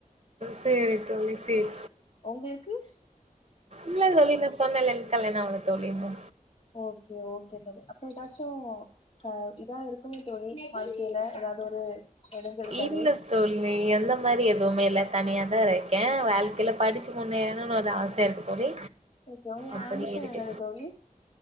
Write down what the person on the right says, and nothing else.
சேரி தோளி சேரி
இல்ல தோளி நா சொன்னலல் கல்யாணோ ஆவல தோழி இன்னு
இல்ல தோலி அந்த மாரி எதுமே இல்ல தனியா தா இரு இருக்கே வாழ்க்கையில படிச்சு முன்னேரணுன்னு ஒரு ஆசே இருக்கு தோழி
அப்படி
எதுக்கு